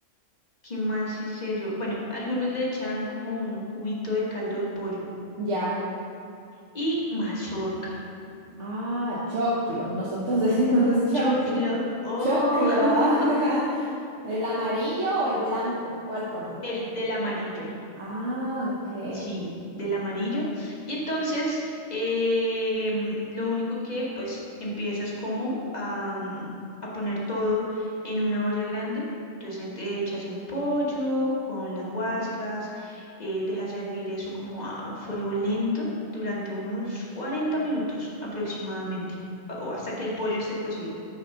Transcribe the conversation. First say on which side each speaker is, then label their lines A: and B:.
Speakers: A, on the left; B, on the right.
A: ¿qué más hice yo? Bueno, algunos le echan como un cubito de caldo de pollo
B: ya.
A: y mazorca.
B: Ah, choclo. Nosotros <laughs> decimos choclo.
A: Chotlo, oh,
B: Choclo, ajá.
A: <laughs>
B: ¿El amarillo o el blanco? ¿Cuál ponen?
A: el del amarillo.
B: Ah, ok.
A: Sí, del amarillo. Y entonces, em, lo único que pues empiezas como a, mm, a poner todo en una olla grande. Entonces en- te echas el pollo con las guascas, eh, dejas hervir eso como a fuego lento durante unos 40 minutos aproximadamente, pa- o hasta que el pollo esté cocido.